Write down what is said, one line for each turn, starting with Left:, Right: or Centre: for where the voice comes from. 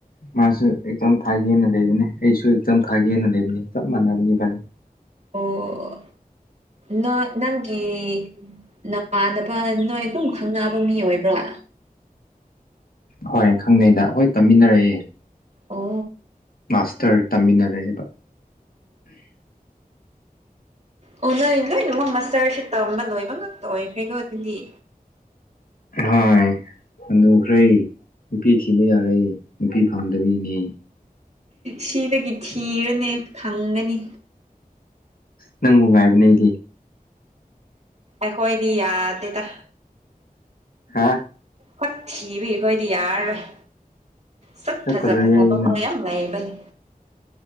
Left: ꯃꯥꯁꯨ ꯑꯦꯛꯖꯝ ꯊꯥꯒꯦꯅ ꯂꯩꯕꯅꯦ ꯑꯩꯁꯨ ꯑꯦꯛꯖꯝ ꯊꯥꯒꯦꯅ ꯂꯩꯕꯅꯦ ꯆꯞ ꯃꯥꯟꯅꯕꯅꯤ ꯏꯕꯥꯅꯤ
Right: ꯑꯣ ꯅ ꯅꯪꯒꯤ ꯅꯃꯥꯟꯅꯕ ꯅꯣꯏ ꯑꯗꯨꯝ ꯈꯪꯅꯕ ꯃꯤ ꯑꯣꯏꯕ꯭ꯔꯥ
Left: ꯍꯣꯏ ꯈꯪꯅꯩꯗ ꯈꯣꯏ ꯇꯝꯃꯤꯟꯅꯔꯛꯑꯦ
Right: ꯑꯣ
Left: ꯃꯥꯁꯇꯔ ꯇꯝꯃꯤꯟꯅꯔꯛꯑꯦꯕ
Right: ꯑꯣ ꯅꯣꯏ ꯂꯣꯏꯅꯃꯛ ꯃꯁꯇꯔꯁꯨ ꯇꯝꯕ ꯂꯣꯏꯕ ꯉꯥꯛꯇ ꯑꯣꯏꯈ꯭ꯔꯦꯀꯣ ꯑꯗꯨꯗꯤ
Left: ꯍꯣꯏ ꯍꯥꯅꯨꯈ꯭ꯔꯦ ꯅꯨꯄꯤ ꯊꯤꯕ ꯌꯥꯔꯦ ꯅꯨꯄꯤ ꯐꯪꯗꯕꯤꯅꯦ
Right: ꯁꯤꯗꯒꯤ ꯊꯤꯔꯣꯅꯦ ꯐꯪꯒꯅꯤ
Left: ꯅꯪꯕꯨ ꯉꯥꯏꯕꯅꯦ ꯑꯩꯗꯤ
Right: ꯑꯩꯈꯣꯏꯗꯤ ꯌꯥꯗꯦꯗ
Left: ꯍꯥꯥ
Right: ꯍꯣꯏ ꯊꯤꯕꯤꯈꯣꯏꯗꯤ ꯌꯥꯔꯔꯣꯏ ꯁꯛ ꯐꯖ
Left: ꯐꯖꯩꯌꯦꯌꯦ
Right: ꯐꯖꯕ ꯈꯣꯏ
Left: ꯅꯪ
Right: ꯌꯥꯝ ꯂꯩꯕꯅꯤ